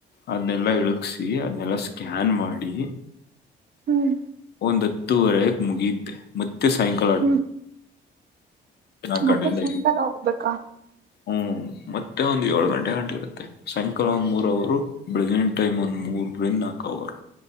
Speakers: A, on the left; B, on the right.
A: ಅದನೆಲ್ಲ ಇಳಕ್ಸಿ ಅದನೆಲ್ಲ ಸ್ಕ್ಯಾನ್ ಮಾಡಿ
B: ಹ್ಮ್
A: ಒಂದ ಹತ್ತುವರೆಗೆ ಮುಗಿಯುತ್ತೆ ಮತ್ತೆ ಸಾಯಂಕಾಲ
B: ಹ್ಮ್
A: ನಾಲ್ಕು
B: ಮತ್ತೆ
A: ಗಂಟೆಯಿಂದ
B: ಸಾಯಂಕಾಲ
A: ಐದು
B: ಹೋಗ್ಬೇಕಾ
A: ಹ್ಮ್ ಮತ್ತೆ ಒಂದ್ ಏಳ ಗಂಟೆ ಗಂಟೆ ಇರುತ್ತೆ ಸಾಯಂಕಾಲ ಒಂದ್ ಮೂರ ಅವರು ಬೆಳಗಿನ ಟೈಮ್ ಒಂದ್ ಮೂರರಿಂದ ರ್